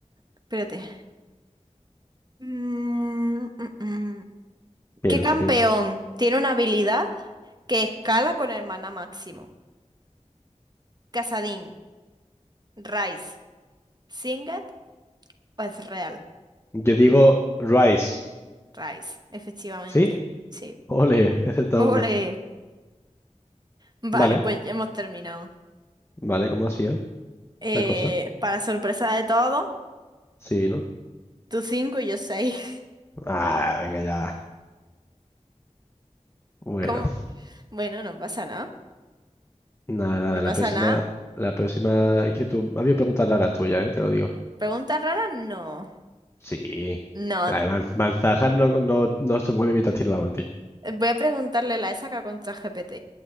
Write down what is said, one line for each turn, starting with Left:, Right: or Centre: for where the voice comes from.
Right: Espérate. Mm, mm, mm.
Left: Piensa,
Right: ¿Qué campeón
Left: piensa.
Right: tiene una habilidad que escala con el maná máximo? ¿Casadín, Rice, Singed o Ezreal?
Left: Yo digo Rice,
Right: Rice, efectivamente.
Left: ¿sí?
Right: Sí.
Left: Ole, <laughs> he
Right: <laughs>
Left: acertado
Right: Ole.
Left: una.
Right: Vale,
Left: Vale,
Right: pues ya hemos terminado.
Left: vale, ¿cómo ha sido
Right: Eh,
Left: la cosa?
Right: para sorpresa de todos,
Left: Sí, ¿no?
Right: tú cinco y yo seis. <laughs>
Left: Ah, venga ya. Bueno,
Right: ¿Cómo? Bueno, no pasa nada.
Left: nada, nada,
Right: No pasa
Left: la próxima,
Right: nada.
Left: la próxima, es que tú, había preguntas raras tuyas, ¿eh? Te lo digo.
Right: ¿Preguntas raras? No.
Left: Sí.
Right: No.
Left: Además, Malzahar no, no, no se mueve mientras tira la ulti.
Right: Voy a preguntarle la esa que con ChatGPT.